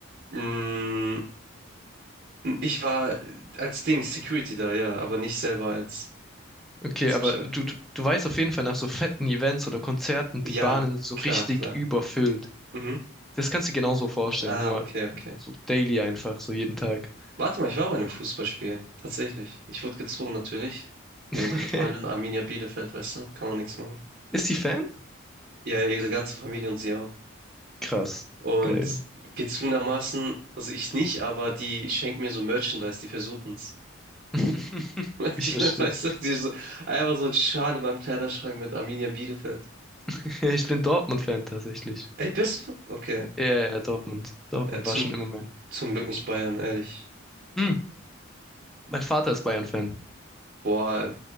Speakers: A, on the right; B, in the centre.
A: Mm, Ich war äh, als Ding Security da, ja, aber nicht selber als
B: Okay,
A: Zuschauer.
B: aber du, du, du weißt auf jeden Fall nach so fetten Events oder Konzerten,
A: Ja,
B: die Bahnen sind so
A: klar,
B: richtig
A: klar.
B: überfüllt.
A: Mhm.
B: Das kannst du dir genauso vorstellen,
A: Ah,
B: nur
A: okay, okay.
B: so daily einfach, so jeden Tag.
A: Warte mal, ich war bei einem Fußballspiel. Tatsächlich. Ich wurde gezwungen, natürlich. Wegen
B: <laughs>
A: meiner Freundin Arminia Bielefeld, weißt du? Kann man nichts machen.
B: Ist sie Fan?
A: Ja, ihre ganze Familie und sie auch.
B: Krass.
A: Und
B: Geil.
A: gezwungenermaßen, also ich nicht, aber die schenken mir so Merchandise, die versuchen's.
B: <laughs>
A: <laughs> Weißt
B: Ich verstehe.
A: du, die so, einfach so eine Schale in meinem Kleiderschrank mit Arminia Bielefeld.
B: <laughs> ich bin Dortmund-Fan tatsächlich.
A: Ey, bist du? Okay.
B: Ja, ja, ja, Dortmund. Dortmund
A: Ja, zum
B: war schon immer mein.
A: Zum Glück nicht Bayern, ehrlich.
B: Hm. Mein Vater ist Bayern-Fan.
A: Boah,